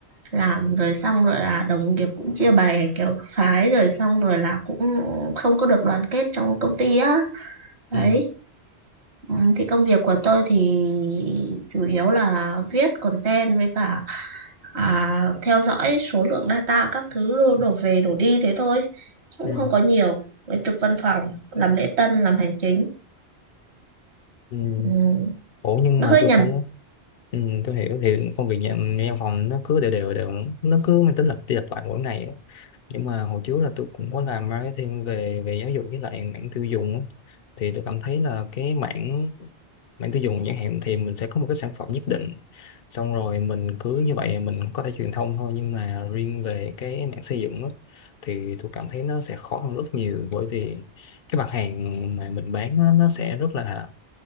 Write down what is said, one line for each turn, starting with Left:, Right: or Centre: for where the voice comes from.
Right: Làm rồi xong rồi là đồng nghiệp cũng chia bè kiểu phái rồi xong rồi là cũng không có được đoàn kết trong công ty á. Đấy.
Left: Ừ.
Right: Ừ, Thì công việc của tôi thì chủ yếu là viết content với cả à, theo dõi số lượng data các thứ đổ về đổ đi thế thôi Chứ
Left: Ừ.
Right: cũng không có nhiều với trực văn phòng làm lễ tân làm hành chính
Left: Ừ.
Right: ừ,
Left: Ủa nhưng
Right: nó
Left: mà
Right: hơi
Left: tôi
Right: nhàm
Left: thấy Ừ, tôi hiểu thì công việc nhà, nhà văn phòng nó cứ đều đều đều nó cứ mang tính lặp đi lặp lại mỗi ngày á. nhưng mà hồi trước là tôi cũng có làm marketing về về giáo dục với lại mảng tiêu dùng á. thì tôi cảm thấy là cái mảng mảng tiêu dùng chẳng hạn thì mình sẽ có một cái sản phẩm nhất định xong rồi mình cứ như vậy mình có thể truyền thông thôi nhưng mà riêng về cái mảng xây dựng á, thì tôi cảm thấy nó sẽ khó hơn rất nhiều bởi vì cái mặt hàng mà mình bán á, nó sẽ rất là